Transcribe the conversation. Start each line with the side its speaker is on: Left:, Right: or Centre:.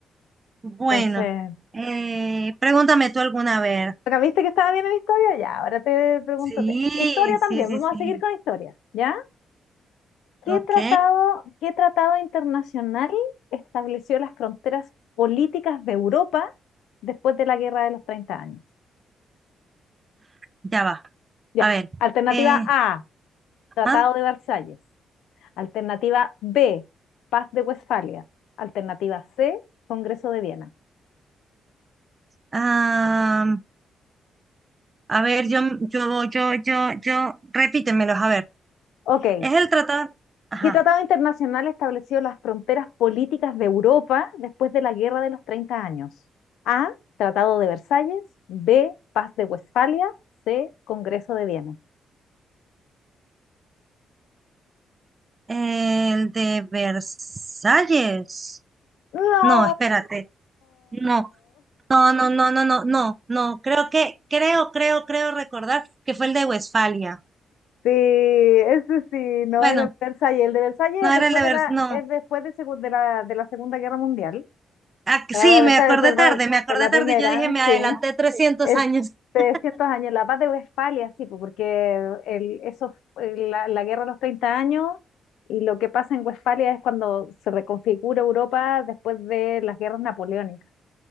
Right: bueno.
Left: Entonces,
Right: Eh, pregúntame tú alguna vez.
Left: acá viste que estaba bien en historia, ya, ahora te pregunto,
Right: Sí,
Left: te- historia también,
Right: sí, sí,
Left: vamos
Right: sí.
Left: a seguir con historia, ¿ya? ¿Qué
Right: Ok,
Left: tratado, qué tratado internacional estableció las fronteras políticas de Europa después de la Guerra de los treinta años?
Right: ya va.
Left: Ya,
Right: A ver.
Left: alternativa
Right: eh,
Left: A, Tratado
Right: ah,
Left: de Versalles. Alternativa B, Paz de Westfalia. Alternativa C, Congreso de Viena.
Right: am, a ver, yo, yo, yo, yo, yo, repítemelos, a ver.
Left: Ok.
Right: Es el tratado, ajá,
Left: ¿Qué tratado internacional estableció las fronteras políticas de Europa después de la Guerra de los Treinta años? A, Tratado de Versalles. B, Paz de Westfalia. C, Congreso de Viena.
Right: el de Versalles.
Left: No.
Right: No, espérate. No, No, no, no, no, no, no, no. Creo que, creo, creo, creo recordar que fue el de Westfalia.
Left: Sí, ese sí, no
Right: Bueno,
Left: era el de Versalles. El de Versalles
Right: no
Left: es después
Right: era el de
Left: de
Right: Vers,
Left: la,
Right: no.
Left: es después de, segun- de la, de la Segunda Guerra Mundial.
Right: Ah, sí,
Left: Tratado de
Right: me
Left: Versalles,
Right: acordé
Left: perdón,
Right: tarde, me acordé
Left: de la
Right: tarde.
Left: primera,
Right: Yo dije, me adelanté
Left: sí.
Right: 300
Left: Este,
Right: años. <laughs>
Left: cientos de años, la paz de Westfalia, sí, pues, porque el, eso, el- la, la guerra de los treinta años y lo que pasa en Westfalia es cuando se reconfigura Europa después de las guerras napoleónicas.